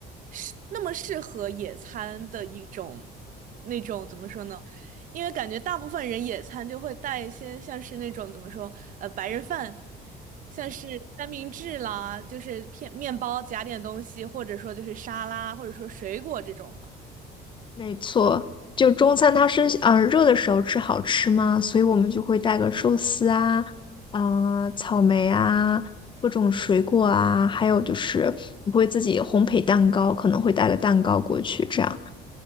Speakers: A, on the right; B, on the left.
A: 适那么适合野餐的一种那种怎么说呢？因为感觉大部分人野餐就会带一些像是那种怎么说呃白人饭，像是三明治啦，就是片面包夹点东西，或者说就是沙拉，或者说水果这种的。
B: 没错，就中餐它是嗯、呃热的时候吃好吃嘛，所以我们就会带个寿司啊，啊、草莓啊，各种水果啊，还有就是我会自己烘焙蛋糕，可能会带个蛋糕过去这样。